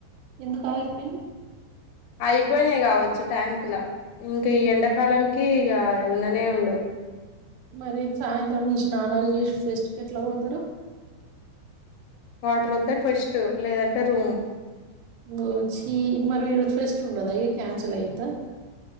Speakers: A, on the right; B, on the left.
A: ఎందుకు ఆగిపోయిన్నాయి.
B: ఆయి పోయినాయి కావచ్చు ట్యాంక్ లా ఇంకా ఈ ఎండకాలనికి ఇగా ఉండనే ఉ లో
A: మరి సాయంత్రం ఈ స్నానాల్ చేసి ఫెస్ట్కెట్ల పోతరు?
B: వాటర్ ఒత్తే ఫెస్ట్ లేదంటె రూమ్.
A: ఓ చ్చి మరి ఇగ ఫెస్ట్ ఉండదా ఇగ క్యాన్సల్ అయిద్దా?